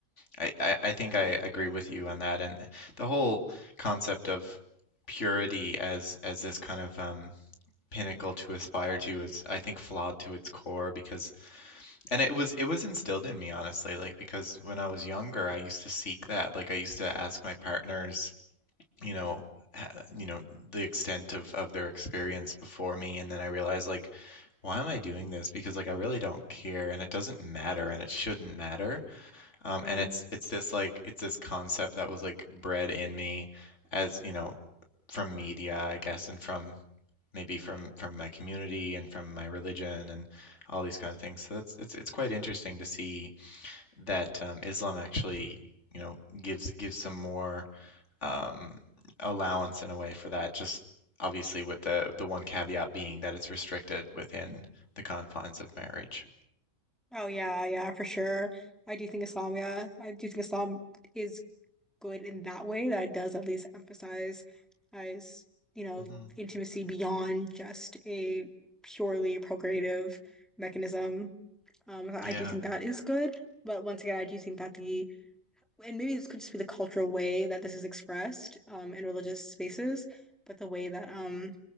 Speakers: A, on the left (about 55°); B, in the centre.
A: I, I, I think I agree
B: yeah.
A: with you on that. And the whole concept of purity as as this kind of um, pinnacle to aspire to is, I think, flawed to its core because, and it was it was instilled in me honestly, like because when I was younger, I used to seek that. Like I used to ask my partners you know ha- you know the extent of of their experience before me and then I realized like why am I doing this because like I really don't care and it doesn't matter and it shouldn't matter um
B: Mm.
A: and it's it's this like it's this concept that was like bred in me as you know from media I guess and from maybe from from my community and from my religion and all these kind of things so that's it's it's quite interesting to see that um, Islam actually you know gives gives some more um, allowance in a way for that, just obviously with the the one caveat being that it's restricted within the confines of marriage.
B: Oh yeah, yeah, for sure. I do think Islam, yeah. I do think Islam is good in that way that it does at least emphasize as, you know,
A: hmm
B: intimacy beyond just a purely procreative mechanism. Um, I
A: Yeah.
B: do think that is good. But once again, I do think that the, and maybe this could just be the cultural way that this is expressed um, in religious spaces, but the way that um